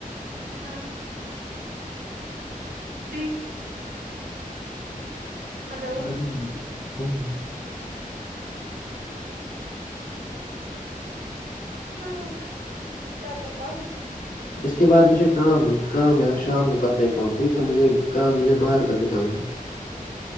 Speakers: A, on the right (about 70°); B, on the left (about 65°).
A: ہاں جی ہلو
B: ب ہ <unintelligible>
A: ہاں کیا بتاؤں
B: اس کے بعد مجھے کام کام ہے اب شام کو کر رہ کام ٹھیک ہے مجھے کام مجھے باہر کر نکالنا ہے